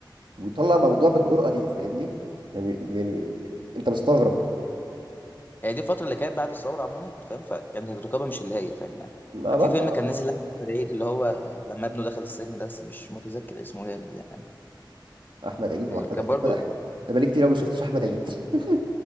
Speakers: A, on the right; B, on the left.
A: ويطلع موضوع بالجرأه دي فاهمني يعني يعني انت مستغرب
B: هي دي الفتره اللي كانت بعد الثوره عموما فاهم فكانت الرقابه مش اللي هي فاهم يعني
A: ما برضه
B: في فيلم كان نازل لاحمد عيد اللي هو لما ابنه دخل السجن ده بس مش متذكر اسمه جامد يعني
A: احمد عيد
B: آه،
A: واحمد
B: كان
A: عيد
B: برضو
A: احمد احمد انا بقالي كتير قوي ما شفتش احمد عيد <laughs>